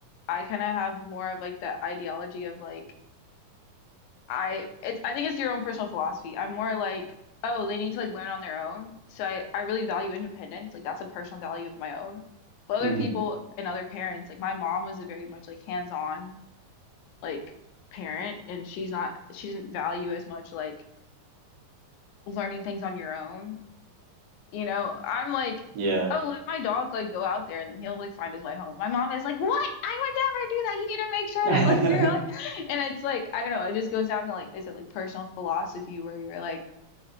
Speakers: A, on the left; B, on the right.
A: I kind of have more of like the ideology of like. I it's I think it's your own personal philosophy. I'm more like, oh, they need to like learn on their own. So I, I really value independence. Like that's a personal value of my own. But other
B: hmm
A: people and other parents, like my mom was a very much like hands-on like parent and she's not she didn't value as much like learning things on your own. You know, I'm like,
B: yeah
A: oh, let my dog like go out there and then he'll like find his way home. My mom is like, what? I would never do that. You need to make sure
B: <laughs>
A: that like you're like, <gasps> and it's like, I don't know, it just goes down to like, is it like personal philosophy where you're like,